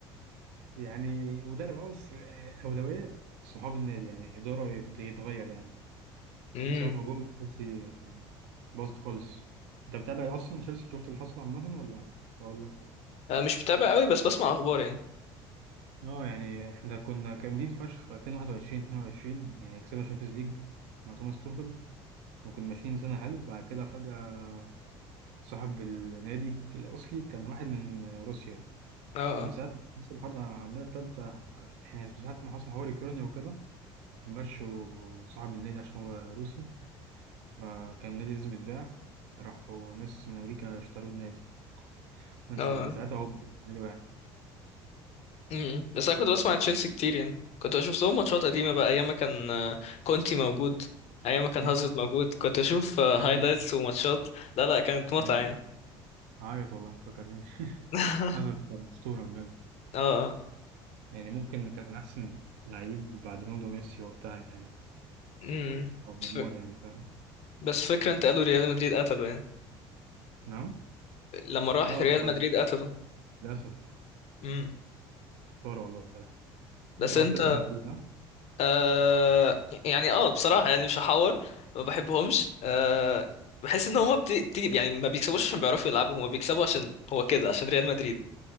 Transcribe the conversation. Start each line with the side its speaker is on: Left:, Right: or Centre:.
Right: يعني مدرب أو بس أولوية صحاب النادي يعني إدارة يت- يتغير يعني
Left: امم
Right: من ساعة ما جم أساسي باظت خالص أنت بتابع أصلا تشيلسي شفت اللي حصل عامة ولا أقول لك؟
Left: آه، مش متابع قوي بس بسمع اخبار يعني
Right: اه يعني احنا كنا جامدين فشخ في 2021 22 يعني كسبنا شامبيونز ليج مع توماس توخل وكنا ماشيين سنة حلو بعد كده فجأة صاحب النادي الأصلي كان واحد من روسيا
Left: اه
Right: فمن ساعة ما حصل الحرب العالمية التالتة احنا من ساعة ما حصل حوار يوكرانيا وكده مشوا صاحب النادي عشان هو روسي فكان النادي لازم يتباع راحوا ناس من أمريكا اشتروا النادي ومن
Left: اه
Right: ساعة-
Left: اه
Right: ساعتها هو النادي وقع
Left: مم. بس انا كنت بسمع تشيلسي كتير يعني كنت بشوف لهم ماتشات قديمه بقى ايام ما كان آه، كونتي موجود ايام ما كان
Right: يا
Left: هازارد
Right: ما
Left: موجود كنت اشوف هايلايتس
Right: تفكرنيش
Left: وماتشات لا لا كانت متعه
Right: أيوة
Left: يعني
Right: عيط والله ما تفكرنيش <laughs>
Left: <laughs>
Right: هازارد كان أسطورة بجد
Left: اه اه
Right: يعني ممكن كان أحسن لعيب بعد رونالدو وميسي وقتها يعني
Left: مم.
Right: أو نيمار
Left: ف-
Right: يعني فاهم
Left: بس فكرة انت قالوا ريال مدريد قتله يعني
Right: نعم
Left: لما راح
Right: اه آه،
Left: ريال مدريد قتله
Right: للأسف
Left: مم.
Right: طار والله
Left: بس
Right: أنت بقى
Left: انت
Right: بتكره مدريد ها؟
Left: آه يعني اه بصراحة يعني مش هحور ما بحبهمش آه بحس ان هما بت- بتيجي يعني ما بيكسبوش عشان بيعرفوا يلعبوا هما بيكسبوا عشان هو كده عشان ريال مدريد